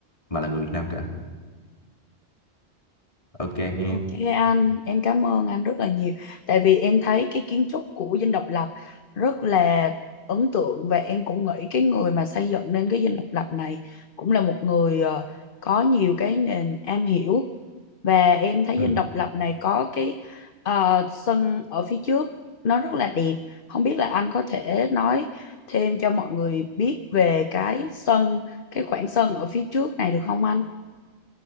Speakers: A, on the left; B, on the left.
A: mà là người Việt Nam cả. Ok hen.
B: Ok anh, em cảm ơn anh rất là nhiều. Tại vì em thấy cái kiến trúc của Dinh Độc Lập rất là ấn tượng và em cũng nghĩ cái người mà xây dựng nên cái Dinh Độc Lập này cũng là một người ờ, có nhiều cái nền am hiểu và em thấy
A: Ừ.
B: Dinh Độc Lập này có cái ờ, sân ở phía trước nó rất là đẹp. Không biết là anh có thể nói thêm cho mọi người biết về cái sân, cái khoảng sân ở phía trước này được không anh?